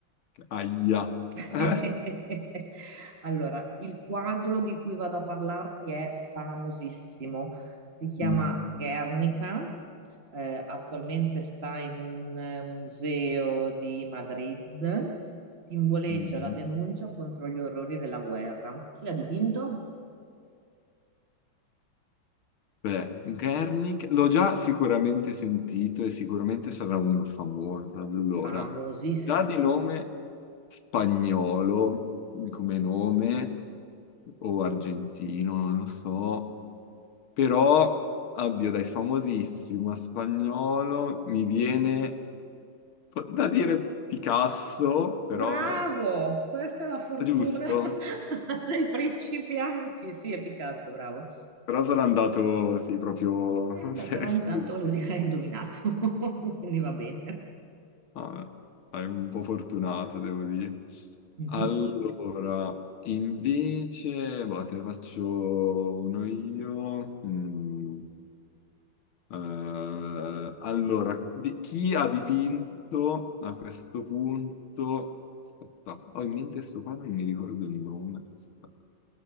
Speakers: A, on the left (about 80°); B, on the right (about 35°).
A: Aia.
B: <laughs>
A: Eh?
B: Allora, il quadro di cui vado a parlarti è famosissimo, si chiama
A: Mm,
B: Guernica, eh, attualmente sta in un eh, museo di Madrid, simboleggia
A: mm,
B: la denuncia contro gli orrori della guerra. Chi l'ha dipinto?
A: Beh, Gernik l'ho già sicuramente sentito e sicuramente sarà uno famoso. Allora,
B: Famosissimo.
A: già di nome spagnolo come nome o argentino, non lo so, però, addio, dai, famosissimo a spagnolo mi viene po- da dire Picasso, però
B: Bravo! Questa è la fortuna
A: giusto.
B: <laughs> dei principianti. Sì, è Picasso, bravo.
A: Però sono andato, sì, proprio
B: Eh beh,
A: <laughs> per...
B: però
A: esclusione.
B: intanto voglio dire, hai indovinato, <laughs> quindi va bene.
A: Vabbè, dai, un po' fortunato, devo dire.
B: Mhm.
A: Allora, invece, boh, te ne faccio uno io. Mm, eh, allora, di- chi ha dipinto a questo punto... Aspetta, ho in mente sto quadro, non mi ricordo il nome. Aspetta,